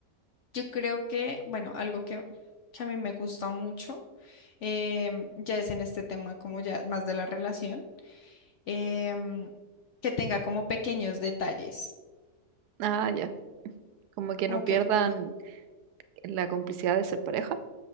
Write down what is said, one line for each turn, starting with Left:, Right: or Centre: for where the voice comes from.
Left: yo creo que, bueno, algo que, que a mí me gusta mucho, em, ya es en este tema como ya más de la relación, em, que tenga como pequeños detalles,
Right: Ah, ya. Como que
Left: como
Right: no
Left: que,
Right: pierdan la complicidad de ser pareja.